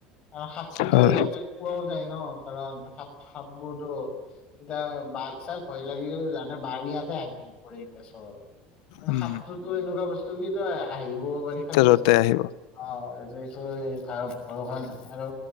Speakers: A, on the left (about 30°); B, on the left (about 75°).
A: আৰু সাপটোতো
B: হয়
A: ইয়াতে পোৱাও যায় ন কাৰণ সাপ সাপবোৰটো, এতিয়া বাঘ চাঘ ভয় লাগিলে জান বাৰীয়াতে আহি পৰে। <unintelligible> মানে
B: উম
A: সাপতোটো এনেকুৱা বস্তু কিতো আহিবও পাৰি আৰু
B: দুটাই আহিব।
A: অ এইটো এইটো ভত ভৰসা নকৰো আৰু